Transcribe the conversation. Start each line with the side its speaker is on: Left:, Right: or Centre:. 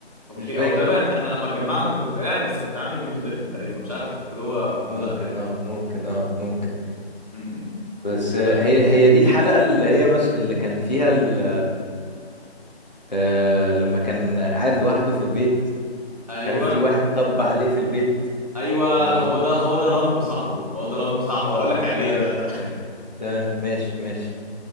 Right: اوكي
Left: مش فاكر
Right: هو تقريبا انت- احنا لما اتجمعنا انت كنت قاعد بس كنت عامل ميوت وديفن تقريبا فمش عارف انت كنت جوه ولا
Left: ممكن
Right: لا يعني
Left: اه ممكن اه ممكن
Right: م- م.
Left: بس آه،
Right: بس
Left: هي هي دي الحلقة اللي هي مس... اللي كان فيها ال آه لما كان قاعد لوحده في البيت
Right: ايوه
Left: مش عارف في واحد طب عليه في البيت
Right: ايوه
Left: ومفروض
Right: هو ده هو ده لامب صاحبه هو ده لامب صاحبه
Left: اه
Right: هقول لك عليه
Left: تمام
Right: ده
Left: تمام تمام ماشي ماشي